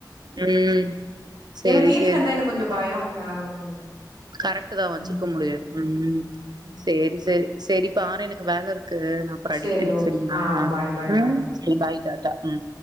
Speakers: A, on the right; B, on the right.
A: உம் செரி
B: ஏன்னா வீட்ல
A: செரி
B: இருந்தா எனக்கு கொஞ்ச பயோ வேற ஒன்னு இல்ல
A: கரெக்ட்டு தா வச்சிருக்க
B: ம்
A: முடியாது உம்
B: ம்
A: செரி செரி செரி பார எனக்கு வேலை இரு க்கு நா அப்புறோ அடிக்கிறே
B: சேரி ஓகே
A: சரிங்களா
B: ஆ பாய் பாய்
A: ம்
B: பாய்
A: செரி பாய் <unintelligible> ட உம்